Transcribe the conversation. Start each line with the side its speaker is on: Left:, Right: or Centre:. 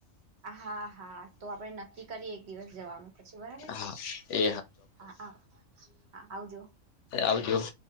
Right: હા હા તો આપડે નક્કી કરીએ એક દિવસ જવાનું પછી બરાબર
Left: હા એ
Right: હા હા આવજો.
Left: આવજું